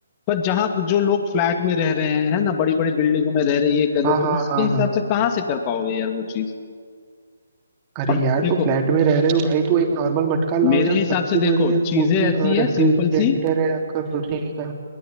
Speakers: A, on the left (about 30°); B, on the right (about 25°).
A: पर जहाँ जो लोग फ्लैट में रह रहे हैं है ना बड़ी बड़ी बिल्डिंगों में रह रहे ये कर
B: हाँ
A: रहे तो
B: हाँ
A: उसके
B: हाँ
A: हिसाब
B: हाँ
A: से कहाँ से कर पाओगे यार वो चीज
B: अरे
A: और
B: यार
A: देखो
B: तो फ्लैट में रह रहे हो भाई तो एक नॉर्मल मटका लाओ
A: मेरे
B: यार
A: हिसाब
B: सबसे
A: से देखो
B: बढ़िया
A: चीजें
B: कूलिंग
A: ऐसी है
B: रेफ्रिजरेटर
A: सिंपल सी
B: है आपका फ्रिज का